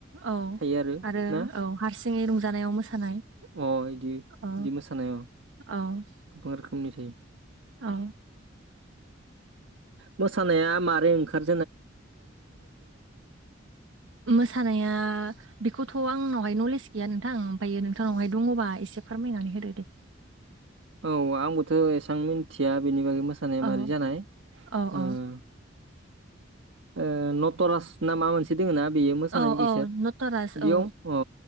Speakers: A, on the right; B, on the right.
A: औ
B: थायो
A: आरो
B: ना
A: औ हारसिङै रंजानायाव मोसानाय
B: अ बिदि बिदि
A: औ
B: मोसानाय गोबां
A: औ
B: रोखोमनि थायो
A: औ
B: मोसानाया मारे ओंखार
A: मोसानाया बेखौथ' आंनाव हाय नलेज गैया नोंथां आमफ्रायो नोंथांनावहाय दङबा एसे फोरमायनानै होदो दे
B: औ आंबोथ' एसां मिथिया बेनि बागै मोसानाया
A: औ
B: मारै जानाय
A: औ
B: उम
A: औ
B: ओ नटरास ना मा मोनसे दोङो ना बेयो मोसानाय
A: औ
B: बिसोर
A: औ नटराज
B: बेयाव
A: औ
B: अ